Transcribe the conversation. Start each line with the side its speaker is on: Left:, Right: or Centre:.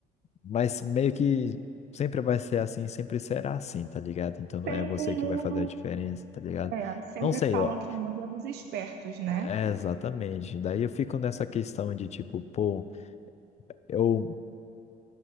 Left: Mas meio que sempre vai ser assim, sempre será assim, tá ligado? Então
Right: Tem
Left: é você
Right: o
Left: que
Right: mundo
Left: vai fazer a diferença, tá ligado?
Right: É, sempre
Left: Não sei,
Right: falam
Left: ó.
Right: que o mundo é dos espertos, né?
Left: É exatamente. Daí eu fico nessa questão de tipo, pô, eu